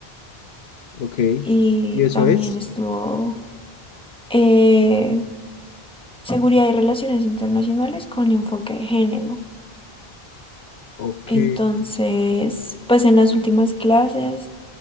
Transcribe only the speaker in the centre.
y
también
estuvo eh, seguridad y relaciones internacionales con enfoque de género.
Entonces, pues en las últimas clases...